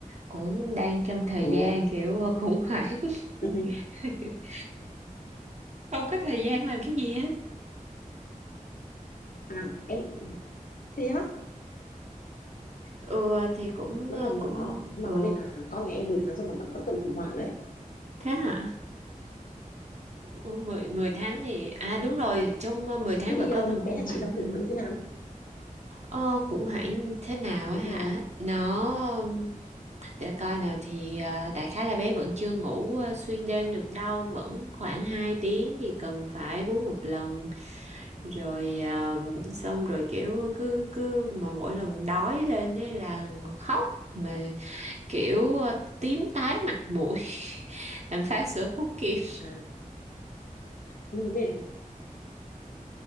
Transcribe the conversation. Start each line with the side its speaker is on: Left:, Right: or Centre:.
Right: cũng đang trong thời
Left: Ồ,
Right: gian kiểu khủng hoảng.
Left: <laughs>
Right: <laughs> Không có thời gian làm cái gì hết.
Left: à em thế á
Right: Ừ thì cũng
Left: vẫn
Right: ờ,
Left: còn nhỏ
Right: cũng
Left: nhưng
Right: ừ
Left: mà vấn đề là con nhà em 10 tháng rồi mà vẫn có tuần khủng hoảng đấy
Right: Thế hả? Ủa, mười 10 tháng thì... À đúng rồi, trong ờ, 10 tháng
Left: thế
Right: vẫn
Left: thì
Right: có
Left: um,
Right: từng khủng
Left: bé nhà
Right: hoảng
Left: chị là
Right: mà.
Left: khủng hoảng như thế nào
Right: Ờ, khủng hoảng thế nào
Left: đúng
Right: á hả?
Left: rồi
Right: Nó... Để coi nào thì ờ, đại khái là bé vẫn chưa ngủ ờ, xuyên đêm được đâu. Vẫn khoảng 2 tiếng thì cần phải bú một lần. Rồi ờ, xong rồi kiểu cứ... cứ Mà mỗi lần đói lên ấy là khóc. Mà kiểu ờ, tím tái mặt mũi. <laughs> Làm phá sữa không kịp.
Left: à nhưng vấn đề là